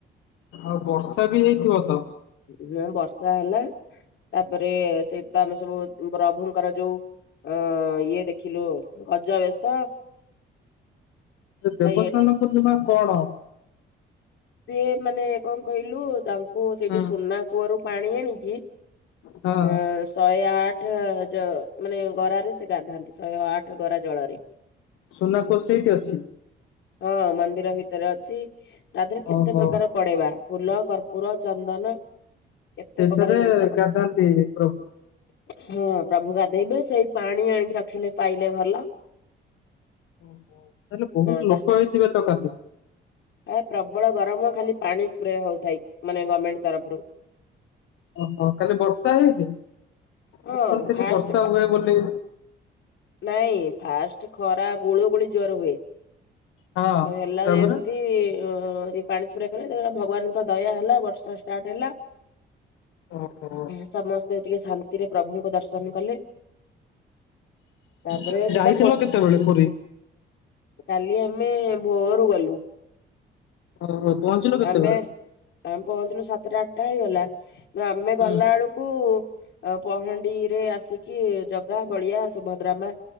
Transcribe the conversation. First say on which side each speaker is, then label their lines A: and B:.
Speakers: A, on the left (about 85°); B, on the left (about 70°).
A: ଆଉ ବର୍ଷା ବି ହେଇଥିବ ତ।
B: ହଁ ବର୍ଷା ହେଲା ତାପରେ ସେଇଠୁ ତ ଆମେ ସବୁ ପ୍ରଭୁଙ୍କର ଯୋଉ ଅଁ ଇଏ ଦେଖିଲୁ ଗଜା ବେଶ।
A: ଦେବସ୍ନାନ
B: ଏ
A: ପୂର୍ଣ୍ଣିମା କଣ?
B: ସିଏ ମାନେ କଣ କହିଲୁ ତାଙ୍କୁ ସେଇଠି
A: ହୁଁ
B: ସୁନା କୂଅରୁ ପାଣି ଆଣିିକି
A: ହଁ
B: ଅଁ ଶହେ ଆଠ ଆଠ ଜ ମାନେ ଗରା ରେ ସେ ଗାଧାନ୍ତି ଶହେ ଆଠ ଗରା ଜଳରେ।
A: ସୁନା କୂଅ ସେଇଠି ଅଛି।
B: ହଁ ମନ୍ଦିର ଭିତରେ ଅଛି ତା ଦେହରେ କେତେ
A: ଓହୋ।
B: ପ୍ରକାର ପଡେ ବା ଫୁଲ, କର୍ପୁର, ଚନ୍ଦନ କେତେ
A: ସେଇଥେରେ
B: ପ୍ରକାର ଜିନିଷ ପଡେ
A: ଗାଧାନ୍ତି ପ୍ରଭୁ।
B: ହଁ ପ୍ରଭୁ ଗାଧେଇବେ ସେଇ ପାଣି ଆଣିକି ରଖିଲେ ପାଇଲେ ଭଲ।
A: ଓ ହୋ ତାହେଲେ ବହୁତ
B: ତା
A: ଲୋକ ହେଇଥିବେ ତ କାଲି?
B: ହଁ ପ୍ରବଳ ଗରମ ଖାଲି ପାଣି ସ୍ପ୍ରେ ହଉଥାଏ ମାନେ ଗରମେଣ୍ଟ ତରଫରୁ।
A: ଓହୋ କାଲି ବର୍ଷା ହେଇନି
B: ହଁ
A: ମୁଁ ଶୁଣିଥିଲି
B: ଫାଷ୍ଟ
A: ବର୍ଷା
B: ଫା
A: ହୁଏ ବୋଲି।
B: ନାଇଁ ଫାଷ୍ଟ ଖରା ଗୁଳୁଗୁଳି ଯୋର ହୁଏ।
A: ହଁ
B: ହେଲା
A: ତାପରେ
B: ଯେମତି ଏ ପାଣି ସ୍ପ୍ରେ କରେଇଦେଲେ ଭଗବାନଙ୍କ ଦୟା ହେଲ ବର୍ଷା ଷ୍ଟାର୍ଟ ହେଲା
A: ଓହୋ।
B: ସମସ୍ତେ ଟିକେ ଶାନ୍ତିରେ ପ୍ରଭୁଙ୍କୁ ଦର୍ଶନ କଲେ ତାପରେ
A: କାଲି ଯାଇଥିଲ
B: ସେ <unintelligible>
A: କେତେବେଳେ ପୁରୀ
B: କାଲି ଆମେ ଭୋରୁ ଗଲୁ।
A: ହଉ ହଉ ପହଁଞ୍ଚିଲ କେତେବେଳେ?
B: ଆମେ ଆମେ ପହଁଞ୍ଚିଲୁ ସାତଟା ଆଠଟା ହେଇଗଲା ଆମେ ଗଲା
A: ହୁଁ
B: ବେଳକୁ ଅ ପହଣ୍ଡିରେ ଆସିକି ଜଗା ବଳିଆ ସୁଭଦ୍ରା ମା